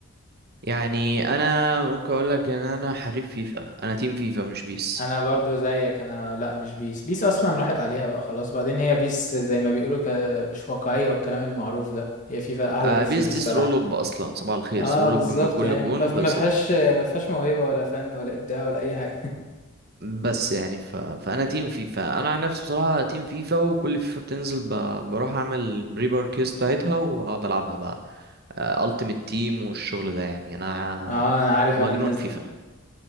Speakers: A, on the right; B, on the left.
A: يعني انا ممكن اقول لك ان انا حريف فيفا انا تيم فيفا مش بيس
B: انا برضو زيك انا لا مش بيس بيس اصلا راحت عليها بقى خلاص بعدين هي بيس زي ما بيقولوا ك... مش واقعية والكلام المعروف ده هي فيفا احلى
A: آه،
B: بكتير
A: بيس
B: الصراحة
A: دي سرولوب اصلا صباح الخير
B: اه
A: سرولوب
B: بالظبط
A: من كل
B: يعني
A: الجون
B: ما
A: خلصت
B: ما فيهاش ما فيهاش موهبة ولا فن ولا ابداع ولا اي حاجة
A: بس يعني ف... فانا تيم فيفا انا عن نفسي بصراحه تيم فيفا وكل فيفا بتنزل ب... بروح اعمل بري باركيز بتاعتها واقعد العبها بقى التيمت تيم والشغل ده يعني انا
B: <laughs> اه انا عارف
A: مجنون
B: انا الناس
A: فيفا
B: دي